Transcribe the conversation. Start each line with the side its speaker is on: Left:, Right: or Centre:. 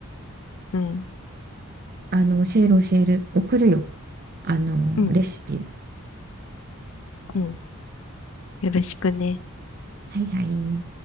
Left: うん、
Right: あの教える教える、送るよ、あのレシピ。
Left: うん、うん。よろしくね。
Right: はいはい。